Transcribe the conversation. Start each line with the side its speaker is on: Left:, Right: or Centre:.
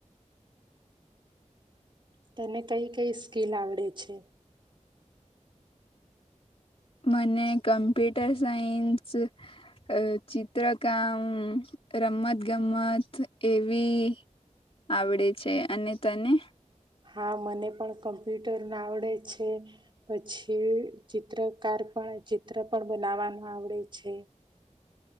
Right: તને કઈ કઈ સ્કીિલ આવડે છે.
Left: મને કમ્પ્યુટર સાયન્સ અ ચિત્રકામ રમત ગમત એવી આવડે છે અને તને.
Right: હા મને પણ કમ્પ્યુટરને આવડે છે. પછી ચિત્રકાર પણ ચિત્ર પણ બનાવાનું આવડે છે.